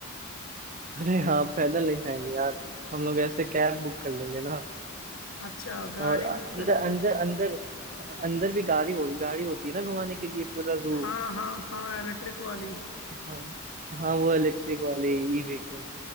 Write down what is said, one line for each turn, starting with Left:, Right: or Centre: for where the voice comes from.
Right: अरे हाँ पैदल नहीं जाएंगे यार हम लोग ऐसे कैब बुक कर लेंगे ना
Left: अच्छा गाड़ी
Right: और अंदर
Left: बुक करेंगे
Right: अंदर अंदर अंदर भी गाड़ी हो, गाड़ी होती है ना घुमाने के लिए पूरा जू
Left: हाँ हाँ हाँ इलेक्ट्रिक वाली
Right: हाँ हाँ वो इलेक्ट्रिक वाली ई व्हीकल